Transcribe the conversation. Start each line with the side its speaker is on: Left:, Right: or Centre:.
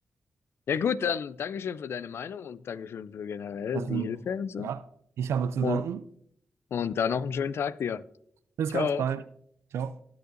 Left: Ja gut, dann Dankeschön für deine Meinung und Dankeschön für generell
Right: Das
Left: die
Right: wün-
Left: Hilfe und so.
Right: ja, ich habe zu
Left: Und
Right: danken.
Left: Und dann noch einen schönen Tag dir.
Right: Bis
Left: Ciao.
Right: ganz bald. Ciao.